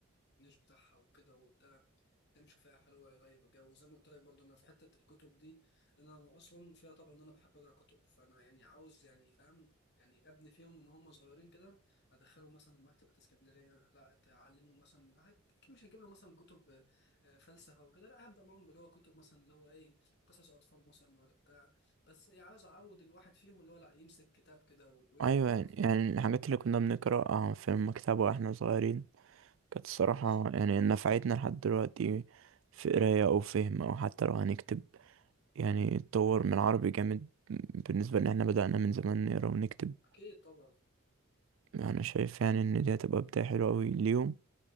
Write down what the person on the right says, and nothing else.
ايوه
يعني
يعني الحاجات اللي كنا بنقراها في المكتبة واحنا صغيرين كانت الصراحة
يعني نفعتنا لحد دلوقتي في قراية او فهم او حتى لو هنكتب يعني اتطور من العربي جامد بالنسبة ان احنا بدأنا من زمان نقرا ونكتب
انا شايف يعني ان دي هتبقى بداية حلوة اوي ليهم